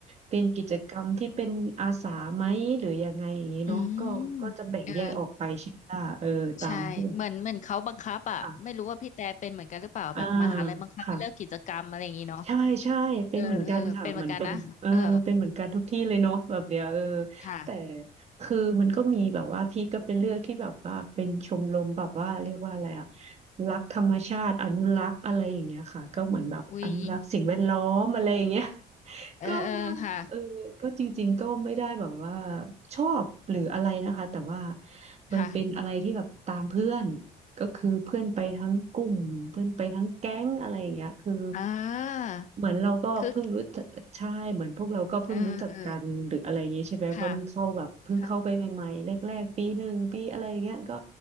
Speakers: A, on the right; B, on the left.
A: เป็นกิจกรรมที่เป็นอาสาไหมหรือยังไงอย่างนี้เนาะก็ก็จะแบ่งแยกออกไปใช่ไหมล่ะเออตามที่แบบ
B: อืมเออใช่เหมือนเหมือนเขาบังคับอะไม่รู้ว่าพี่แต่เป็นเหมือนกันหรือเปล่าแบบมหาลัยบังคับให้เลิกกิจกรรมอะไรอย่างงี้เนาะ
A: ค่ะอ่าค่ะ ใช่ใช่เป็นเหมือนกันค่ะเหมือนเป็นเออเป็นเหมือนกันทุกที่เลยเนาะแบบเนี้ยเออ
B: เออเออเป็นเหมือนกันนะเออค่ะ
A: แต่คือมันก็มีแบบว่าพี่ก็เป็นเรื่องที่แบบว่าเป็นชมรมแบบว่าเรียกว่าอะไรอะรักธรรมชาติอนุรักษ์อะไรอย่างเงี้ยค่ะก็เหมือนแบบอนุรักษ์สิ่งแวดล้อมอะไรอย่างเงี้ย
B: อุ๊ย
A: <laughs>
B: เออเออค่ะ
A: ก็เออก็จริงๆก็ไม่ได้แบบว่าชอบหรืออะไรนะคะแต่ว่ามันเป็นอะไรที่แบบตามเพื่อน
B: ค่ะ
A: ก็คือเพื่อนไปทั้งกลุ่มเพื่อนไปทั้งแก๊งอะไรอย่างเงี้ยคือ
B: อ่า
A: เหมือนเราก็เพิ่งรู้จักใช่เหมือนพวกเราก็เพิ่งรู้จักกันหรืออะไรอย่างงี้ใช่ไหมเพราะมันเข้าแบบเพิ่งเข้าไปใหม่ๆแรกๆปีหนึ่งปีอะไรอย่างเงี้ยก็
B: คึกเออเออค่ะค่ะ